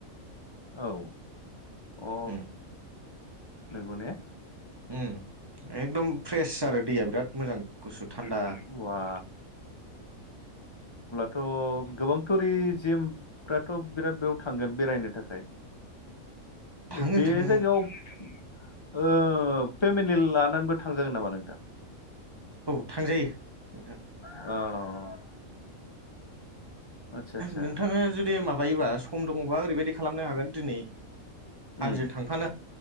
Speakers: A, on the left (about 30°); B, on the right (about 20°).
A: औ अ
B: उम
A: नोंगौ ने?
B: उम एकम फ्रेस आरो दैया बिराद मोजां गुसु थान्दा।
A: मोजां थ' गोबां थ'रिजिमफ्राथ' बिराद बेयाव थांगोन बेरायनो थाखाय।
B: थाङो
A: बे बे
B: थां
A: जायगायाव ओ फेमिलि लानानैबो थांजागोन नामा नोंथां?
B: औ थांजायो। नोंथां।
A: औ। आदसा आदसा
B: नोंथाङा जुदि माबायोबा सम दङबा ओरैबायदि खालामनो हागोन दिनै
A: उम
B: आंजों थांफानो